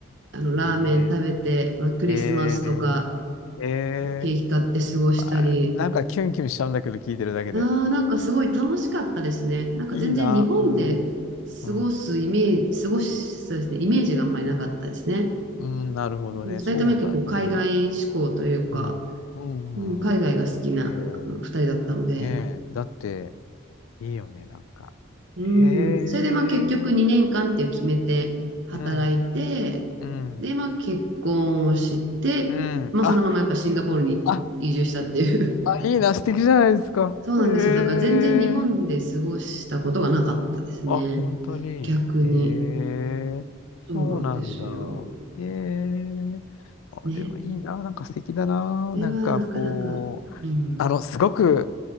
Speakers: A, on the right (about 60°); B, on the left (about 80°).
A: あの、ラーメン食べて、
B: うん。え
A: まあ、クリスマスとか、
B: ー、えー、えー、
A: ケーキ買って過ごしたり、
B: わあなんかキュンキュンしちゃうんだけど、聞いてるだけで。
A: あー、なんかすごい楽しかったですね。なんか全然日本で
B: いいな、うん、うん、
A: 過ごすイメージ、過ごし、そうですね、イメージがあんまりなかったですね。
B: うん、なるほどね、
A: うん二人とも結構海外志向というか、
B: そうだよね。うん、うん、
A: うん、海外が好きなあの二人だったので、
B: うん。えー、ねえ、だって、いいよね、なんか。
A: う
B: へえ、
A: ん、それでまあ結局2年間っていう決めて働いて、
B: うん、うん、
A: でまあ結婚をして、
B: うん。
A: まあそのままやっぱシンガポールに移住したっていう。
B: あ、ああ、いいな、素敵じゃないですか。
A: <laughs> そうなんですよ。
B: へえ。
A: だから全然日本で過ごしたことがなかったですね。
B: あ、本当に。
A: 逆に。
B: へえ。
A: そうなんですよ。
B: そうなんだ。へえ。あ、
A: ね。
B: でもいいな、なんか素敵だな。
A: それはなかなか、
B: なんかこう、
A: うん。
B: あの、すごく